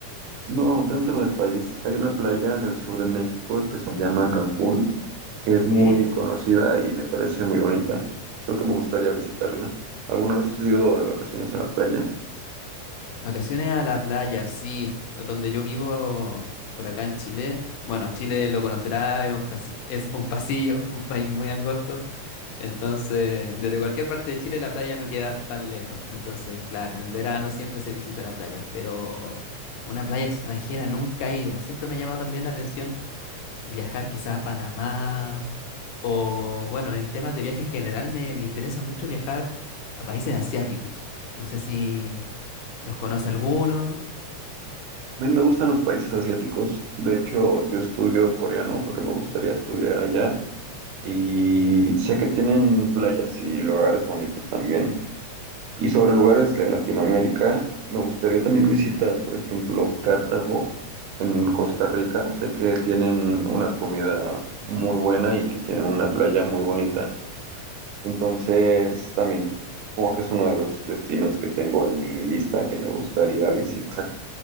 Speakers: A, on the right (about 80°); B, on the left (about 85°).
A: No, dentro del país hay una playa en el sur de México que se llama Cancún, que es
B: ¿Ok?
A: muy conocida y me parece muy bonita. Creo que me gustaría visitarla. ¿Alguna vez has ido de vacaciones a la playa?
B: Vacaciones a la playa, sí. Donde yo vivo, por acá en Chile. Bueno, Chile lo conocerá, es un pasi- es un pasillo, <laughs> un país muy angosto. Entonces, desde cualquier parte de Chile la playa no queda tan lejos. Entonces, claro, en el verano siempre se visita la playa. Pero una playa extranjera nunca he ido. Siempre me ha llamado también la atención viajar quizá a Panamá O bueno, en temas de viaje en general me, me interesa mucho viajar a países asiáticos. No sé si los conoce alguno.
A: A mí me gustan los países asiáticos. De hecho, yo estudio coreano porque me gustaría estudiar allá. Y sé que tienen playas y lugares bonitos también. Y sobre lugares de Latinoamérica, me gustaría también visitar, por ejemplo, Cartago en Costa Rica. Sé que tienen una comida muy buena y que tienen una playa muy bonita. Entonces, también como que es uno de los destinos que tengo en mi lista que me gustaría visitar